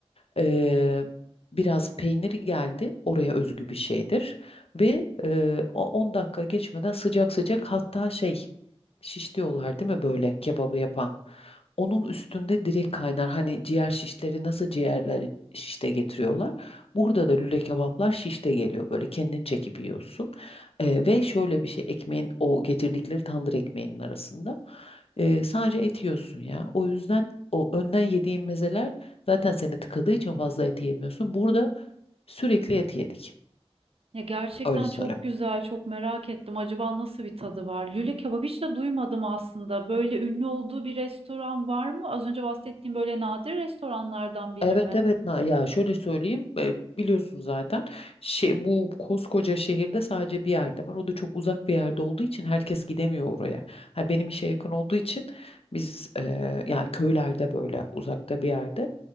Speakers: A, on the left; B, on the right.
A: E, biraz peynir geldi. Oraya özgü bir şeydir. Ve e, o- 10 dakika geçmeden sıcak sıcak hatta şey şiş diyorlar değil mi böyle kebabı yapan. Onun üstünde direkt kaynar. Hani ciğer şişleri nasıl ciğerleri şişte getiriyorlar. Burada da lüle kebaplar şişte geliyor. Böyle kendin çekip yiyorsun. E, ve şöyle bir şey ekmeğin o getirdikleri tandır ekmeğinin arasında e, sadece et yiyorsun ya. O yüzden o önden yediğin mezeler zaten seni tıkadığı için fazla et yemiyorsun. Burada sürekli et yedik.
B: Ya gerçekten
A: Öyle söyleyeyim.
B: çok güzel, çok merak ettim. Acaba nasıl bir tadı var? Lüle kebap hiç de duymadım aslında. Böyle ünlü olduğu bir restoran var mı? Az önce bahsettiğim böyle nadir restoranlardan biri
A: Evet
B: mi?
A: evet Na- ya şöyle söyleyeyim e, biliyorsun zaten şey bu koskoca şehirde sadece bir yerde var o da çok uzak bir yerde olduğu için herkes gidemiyor oraya. Ha, benim işe yakın olduğu için biz e, yani köylerde böyle uzakta bir yerde